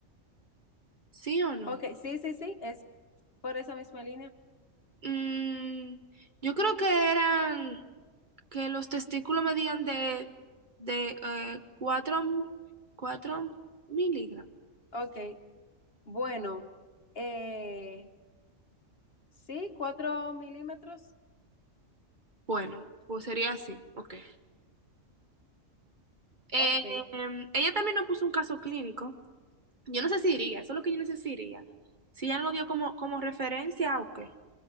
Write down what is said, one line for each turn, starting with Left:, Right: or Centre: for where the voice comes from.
Right: ¿sí o no?
Left: Ok, sí, sí, sí, es por esa misma línea.
Right: Mm, yo creo que eran que los testículos medían de, de eh, cuatro cuatro miligramos.
Left: Ok, Bueno, eh, sí, cuatro milímetros.
Right: Bueno, pues sería así, ok. Eh,
Left: Ok.
Right: em, ella también nos puso un caso clínico. Yo no sé si iría, eso es lo que yo necesitaría. Si iría. Si ella no lo dio como, como referencia, ok.